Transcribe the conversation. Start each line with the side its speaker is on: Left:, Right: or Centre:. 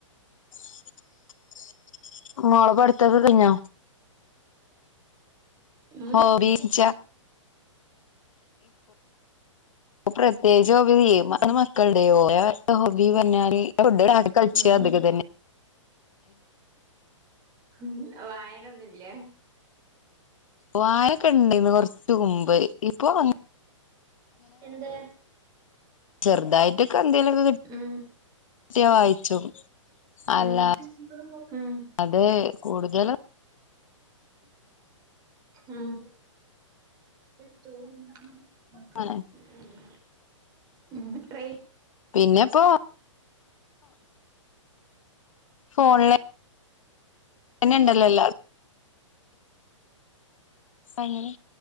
Left: <inaudible> മോൾടെ പടുത്തൊക്കെ കഴിഞ്ഞോ
Right: ഉം
Left: ഓ ബച്ച <unintelligible> പ്രസ് പ്രത്യേകിച്ച് ഹോബി മക്കളുടെയോ ഹോബി പറഞ്ഞാല് ഫുഡ് ഇണ്ടാക്കി കളിച്ച
Right: ഉം
Left: ഇതൊക്കെ തന്നെ
Right: ഉം വായനൊന്നും ഇല്ലേ
Left: വായൊക്കെ ഉണ്ട് ഇന്ന് കൊറച്ച മുമ്പ് ഇപ്പൊ അങ
Right: എന്റെ
Left: ചെറുതായിട്ടൊക്കെ എന്തേലക്കെ കിട്ട
Right: ഉം
Left: കിട്ടിയ വായിച്ചും അല്ല
Right: ഉം ഉം
Left: അതെ കൂടുതലും
Right: ഉം <unintelligible>
Left: അങ്ങനെ
Right: ഉം ട്രെ
Left: പിന്നെ ഇപ്പോ ഫോണിലെ പിന്നെ ഇണ്ടല്ലോ എല്ലാം അങ്ങനെ